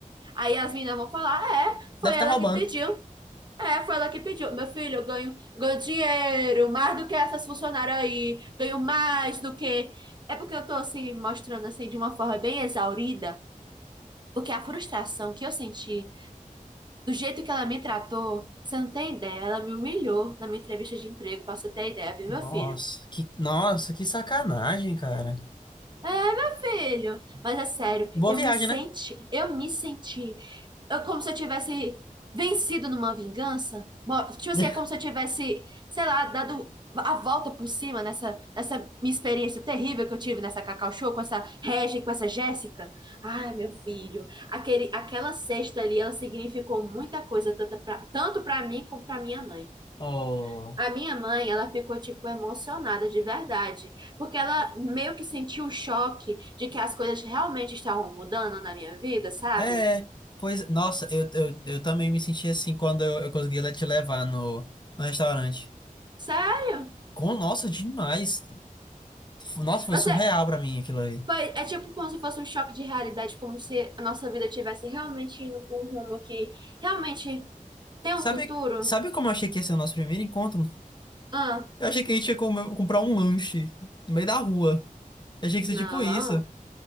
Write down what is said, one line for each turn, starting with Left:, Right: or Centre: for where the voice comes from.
Right: Aí as meninas vão falar: é, foi
Left: Deve estar
Right: ela
Left: roubando.
Right: que pediu. É, foi ela que pediu. Meu filho, eu ganho, ganho dinheiro, mais do que essas funcionárias aí, ganho mais do que. É porque eu tô assim, mostrando assim de uma forma bem exaurida, porque a frustração que eu senti, do jeito que ela me tratou, você não tem ideia, ela me humilhou na minha entrevista de emprego, pra você ter ideia, viu,
Left: Nossa,
Right: meu filho?
Left: que, nossa, que sacanagem, cara.
Right: É, meu filho. Mas é sério,
Left: Boa
Right: eu
Left: viagem,
Right: me senti,
Left: né?
Right: eu me senti. Eu, como se eu tivesse vencido numa vingança. Mo- Tipo assim,
Left: <laughs>
Right: é como se eu tivesse, sei lá, dado a volta por cima nessa, nessa minha experiência terrível que eu tive nessa Cacau Show com essa Regia e com essa Jéssica. Ai, meu filho, aquele, aquela cesta ali, ela significou muita coisa, tanto pra, tanto pra mim como pra minha mãe.
Left: Oh,
Right: A minha mãe, ela ficou, tipo, emocionada de verdade, porque ela meio que sentiu o choque de que as coisas realmente estavam mudando na minha vida, sabe?
Left: é, pois, nossa, eu, eu, eu também me senti assim quando eu, eu consegui le- te levar no, no restaurante.
Right: Sério?
Left: Com, nossa, demais. F- Nossa, foi
Right: Você
Left: surreal pra mim aquilo ali.
Right: foi, é tipo como se fosse um choque de realidade, como se a nossa vida tivesse realmente indo para um rumo que realmente tem
Left: Sabe,
Right: um futuro?
Left: sabe como eu achei que ia ser o nosso primeiro encontro?
Right: Ah,
Left: Eu achei que a gente ia comer- comprar um lanche no meio da rua. Eu achei que ia
Right: não,
Left: ser tipo isso.